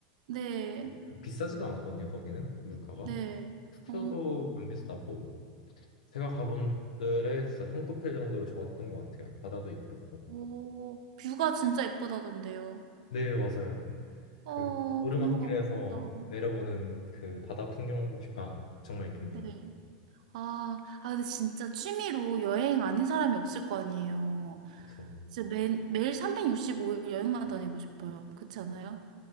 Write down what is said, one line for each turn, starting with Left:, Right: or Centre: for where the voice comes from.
Right: 네,
Left: 그 비싸지도 않거든요. 거기는 물가가
Right: 네.
Left: 음. 숙소도
Right: 어,
Left: 안 비싸고 제가 가본 곳들에 진짜 손꼽힐 정도로 좋았던 것 같아요. 바다도 이쁘고
Right: 오, 뷰가 진짜 예쁘다던데요.
Left: 네 맞아요. 그
Right: 어,
Left: 오르막길에서
Right: 정말 가고 싶다.
Left: 내려보는 그 바다 풍경 뷰가 정말 이쁩니다.
Right: 네. 아, 아, 근데 진짜 취미로 여행 아닌 사람이 없을 거 아니에요.
Left: 그렇죠.
Right: 진짜 매, 매일 365일 여행만 다니고 싶어요. 그렇지 않아요?